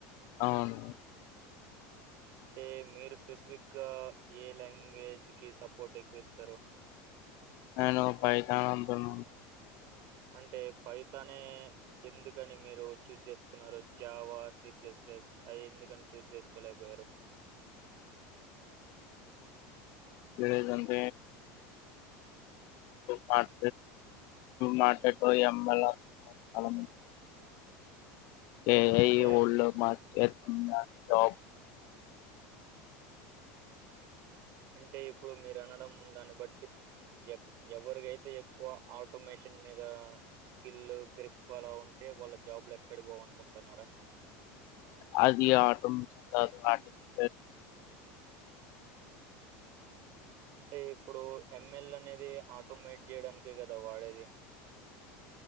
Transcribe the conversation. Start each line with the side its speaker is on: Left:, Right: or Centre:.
Left: అవును
Right: అంటతే మీరు స్పెసిఫిక్గా ఏ లాంగ్వేజ్కి సపోర్ట్ ఎక్కువ ఇస్తారు
Left: నేను పైత అంటండ
Right: అంటే పైతనే ఎందుకని మీరు చూజ్ చేసుకున్నారు జావా సిప్లేస్ ప్లేస్ అవి ఎందుకని చూజ్ చేసుకోలేకపోయారు
Left: ఇడే కంద మాట మాట ట అమే చాల ఏ
Right: అంటే
Left: ఒల్ మా జబ్
Right: అంటే ఇప్పుడు మీరు అనడం ఉందాన్ని బట్టి ఎ ఎవరికైతే ఎక్కువ ఆటోమేషన్ మీద స్కిల్ గ్రిప్ అలా ఉంటే వాళ్ళ జాబ్లు ఎక్కడికి పోవనుకుంటున్నారా
Left: ఆది ఆటటి
Right: అంటే ఇప్పుడు ఎంఎల్ అనేది ఆటోమేట్ చేయడానికే కదా వాడేది